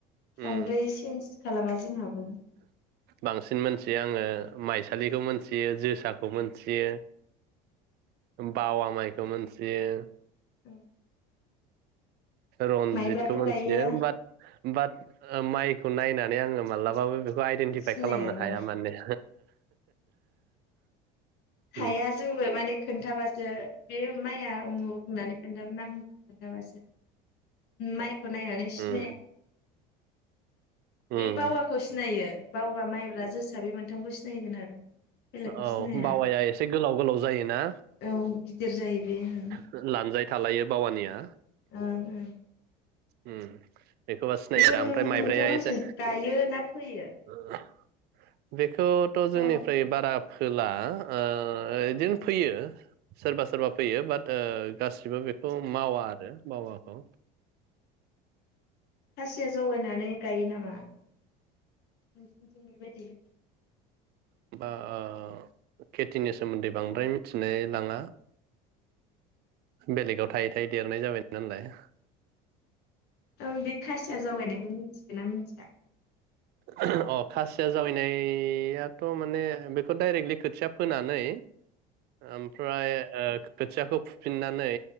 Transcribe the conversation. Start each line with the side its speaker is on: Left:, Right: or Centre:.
Left: बांद्राय
Right: उम
Left: चेन्स खालामा जोंहाबो
Right: बांसिन मोनथियो आङो माइसालिखौ मोनथियो जोसाखौ मोनथियो बावा माइखौ मोनथियो
Left: <inaudible>
Right: रनजितखौ
Left: माइब्राथ'
Right: मिथियो
Left: गायो
Right: बात बात माइखौ नायनानै आङो मालाबाबो बेखौ आइदेन्टिफाइ
Left: सिनायानो
Right: खालामनो हाया माने <unintelligible>
Left: हाया जोंबो माने खोन्थाबासो बे माइया उमुख होनना - नानै खोनथाबा नामखौ खोनथाबासो माइखौ नायनानै सिनाया
Right: उम
Left: बे
Right: उम
Left: बावाखौ सिनायो बावबा माइब्रा जोसा बे मोनथामखौ सिनायगोन आरो बेलेगखौ
Right: औ
Left: सिनाया
Right: बावाया एसे गोलाव गोलाव जायोना
Left: औ गिदिर जायो बेयो
Right: ओ लानजाइ थालायो बावानिया
Left: ओ ओ
Right: उम बेखौबा सिनायगोन
Left: बेखौ नोंथांमोनथिं
Right: ओमफ्राय माइब्राया एसे
Left: गायो ना फोयो
Right: <inaudible> बेखौथ'
Left: बावाखौ?
Right: जोंनिफ्राय बारा फोला ओ इदिनो फैयो सोरबा सोरबा फैयो बाट ओ गासिबो बेखौ मावा आरो बावाखौ।
Left: खासिया जावायनानै गायो नामा? नोंसोरनिथिं बेबायदि
Right: बा ओ ओ खेथिनि सोमोन्दै बांद्राय मिथिनाय लाङा। बेलेगाव थायै थायै देरनाय जाबाय नालाय।
Left: नों बे खासिया जावगायनायखौ मिथिगो ना मिथिया
Right: अ खासिया जावैनायाथ' माने बेखौ डाइरेक्टलि खोथिया फोनानै ओमफ्राय ओ खोथियाखौ फुफिननानै